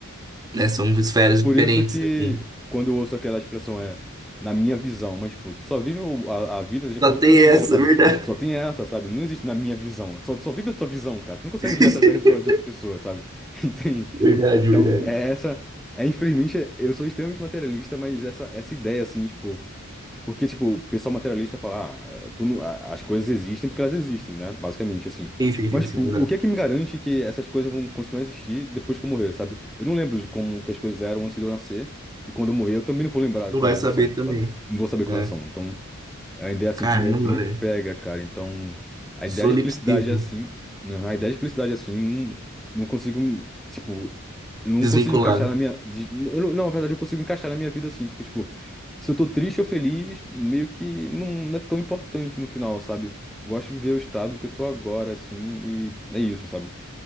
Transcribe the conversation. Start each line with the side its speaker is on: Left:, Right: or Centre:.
Right: né? São esferas
Centre: Por
Right: diferentes,
Centre: isso que
Right: assim.
Centre: quando eu ouço aquela expressão é na minha visão, mas tipo, tu só vive o- a, a vida de acordo
Right: Só tem
Centre: com a tua visão,
Right: essa,
Centre: sabe?
Right: é verdade.
Centre: Tu Só tem essa, sabe? Não existe na minha visão. Tu Só, tu só vive a tua visão, cara. Tu não consegue
Right: <laughs>
Centre: ver através dos olhos de outra pessoa, sabe? <laughs> Entende?
Right: Verdade,
Centre: Então,
Right: verdade.
Centre: é essa. É, infelizmente, eu sou extremamente materialista, mas essa, essa ideia, assim, tipo. Porque, tipo, o pessoal materialista fala, ah, tu não- a- as coisas existem porque elas existem, né? Basicamente, assim.
Right: Sim, sim, sim,
Centre: Mas, tipo,
Right: sim, exato.
Centre: o que é que me garante que essas coisas vão continuar a existir depois que eu morrer, sabe? Eu não lembro de como que as coisas eram antes de eu nascer. E quando eu morrer, eu também não vou lembrar de
Right: Não
Centre: como
Right: vai
Centre: elas
Right: saber
Centre: são,
Right: também,
Centre: sabe? Não vou saber
Right: né?
Centre: como elas são. Então, é uma ideia assim
Right: Caramba,
Centre: que me, que me
Right: velho.
Centre: pega, cara. Então, a ideia
Right: Solipsismo.
Centre: de felicidade é assim. né? A ideia de felicidade é assim. Não, não consigo, tipo, não
Right: Desvinculado.
Centre: consigo encaixar na minha. de- eu não, não, na verdade, eu consigo encaixar na minha vida assim, porque, tipo, se eu tô triste ou feliz, meio que não, não é tão importante no final, sabe? Eu gosto de viver o estado que eu tô agora, assim, e é isso, sabe?